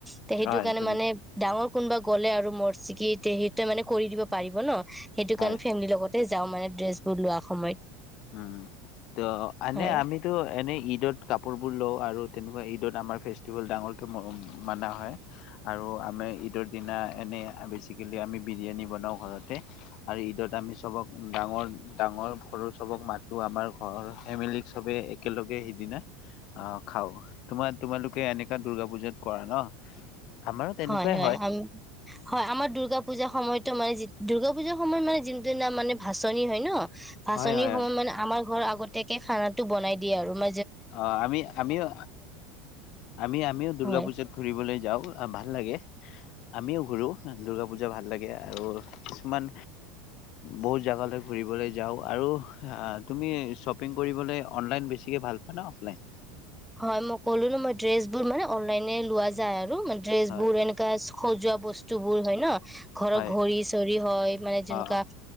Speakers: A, in the centre; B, on the left (about 55°).
A: তে সেইটো
B: হয়
A: কাৰণে
B: তুমি
A: মানে ডাঙৰ কোনোবা গ'লে আৰু মৰ্চিকিত তে সেইটোৱে মানে কৰি দিব পাৰিব ন। সেইটো
B: হয়
A: কাৰণে ফেমলিৰ লগত। তে যাওঁ মানে ড্ৰেচ বোৰ লোৱা সময়ত।
B: উম ত এনে
A: হয়
B: আমিতো এনেই ঈদত কাপোৰ বোৰ লও আৰু তেনেকুৱা ঈদ। ঈদত আমাৰ ফেষ্টিভেল ডাঙৰকৈ ম মানা হয়। আৰু আমাৰ ঈদৰ দিনা এনেই বেচিকেলি, আমি বিৰিয়ানী বনাওঁ ঘৰতে, আৰু ঈদত আমি চবক ডাঙৰ ডাঙৰ সৰু। চবক মাতো আমাৰ ঘৰৰ ফেমিলিক চবে একেলগে সিদিনা আহ খাওঁ। তোমাক তোমালোকে এনেকা দূৰ্গা পুজাত কৰা ন? আমাৰো তেনেকুৱাই
A: হয় হয় আম হয় আমাৰ দুূৰ্গা পূজা সময়ত। মানে দুৰ্গা পুজাৰ সময়ত মানে যোন দিনা মানে ভাচনি হয় ন। ভাচানি
B: হয় হয়
A: সম
B: হয়
A: মানে আমাৰ ঘৰ আগ। গতেকে খানাটো বনাই দিয়ে আৰু ম।
B: অ আমি আমিও আমি আমিও দুূৰ্গা
A: হয়
B: পুজাত ঘুৰিবলৈ যাওঁ। ভাল লাগে, আমিও ঘুৰো দুৰ্গা পূজা ভাল লাগে। আৰু কিছুমান বহুত জেগালৈ ঘূৰিবলৈ যাওঁ, আৰু তুমি শ্বপিং কৰিবলৈ অনলাইন বেছিকৈ ভাল। ম অফলাইন।
A: হয় মই ক'লো ন মই ড্ৰেছ বোৰ মানে অনলাইনে লোৱা যায় আৰু মানে। ড্ৰেছ
B: হয়
A: বোৰ এনেকা, সজোৱা বস্তু বোৰ হয় ন ঘৰৰ
B: হয়
A: ঘড়ী চৰি হয় মানে যেনেকুৱা
B: অ
A: প।